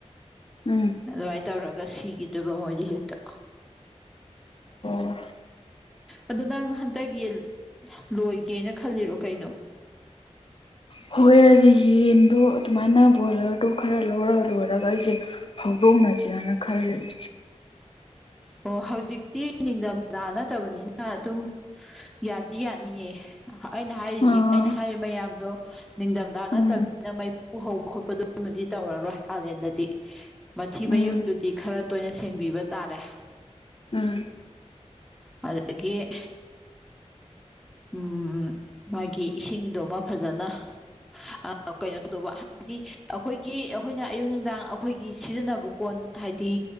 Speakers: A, on the left; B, in the centre.
A: ꯎꯝ
B: ꯑꯗꯨꯃꯥꯏꯅ ꯇꯧꯔꯒ ꯁꯤꯒꯤꯗꫭꯏꯕ ꯃꯣꯏꯗꯤ ꯍꯦꯛꯇ
A: <inaudible>
B: ꯑꯗꫭ ꯅꯪ ꯍꯟꯗꯛ ꯌꯦꯟ ꯂꯣꯏꯒꯦꯅ ꯈꯜꯂꯤꯔꯣ ꯀꯩꯅꯣ
A: ꯍꫭ ꯍꯣꯏ ꯑꯩꯖꯦ ꯌꯦꯟꯗꯣ ꯑꯗꯨꯝꯃꯥꯏꯅ ꯕꯣꯏꯂꯔꯗꯣ ꯈꯔ ꯂꯧꯔ ꯂꯣꯏꯔꯒ ꯑꯩꯖꯦ ꯍꯧꯗꯣꯛꯅꯁꯤ ꯔꯅ ꯈꯜꯂꯤꯕ
B: ꯑꯣ ꯍꯧꯖꯤꯛꯇꯤ ꯏꯡꯗꯝꯗꯥ ꯅꯠꯇꯕꯅꯤꯅ ꯑꯗꯨꯝ ꯌꯥꯗꯤ ꯌꯥꯅꯤꯌꯦ ꯑꯩꯅ ꯍꯥꯏꯔꯤꯖꯤ
A: ꯑꯥ
B: ꯑꯩꯅ ꯍꯥꯏꯔꯤ ꯃꯌꯥꯝꯗꯣ ꯅꯤꯡꯗꯝꯗꯥ
A: ꯎꯝ
B: ꯅꯠꯇꯝꯅꯤꯅ ꯃꯩ ꯐꯨ ꯍꯧꯕ ꯈꯣꯠꯄꯗꯨꯃꯗꯤ ꯇꯧꯔꯔꯣꯏ ꯀꯥꯂꯦꯟꯗꯗꯤ ꯃꯊꯤ ꯃꯌꯨꯡꯗꯨꯗꯤ
A: ꯎꯝ
B: ꯈꯔ ꯇꯣꯏꯅ ꯁꯦꯡꯕꯤꯕ ꯇꯥꯔꯦ
A: ꯎꯝ
B: ꯑꯗꯒꯤ ꯎꯝ ꯃꯥꯒꯤ ꯏꯁꯤꯡꯗꯨꯃ ꯐꯖꯅ ꯑ ꯀꯩꯅꯣ ꯇꯧꯗꯧꯕ ꯍꯥꯏꯗꯤ ꯑꯈꯣꯏꯒꯤ ꯑꯈꯣꯏꯅ ꯑꯌꯨꯛ ꯅꯨꯡꯗꯥꯡ ꯑꯈꯣꯏꯒꯤ ꯁꯤꯖꯤꯟꯅꯕ ꯀꯣꯟ ꯍꯥꯏꯗꯤ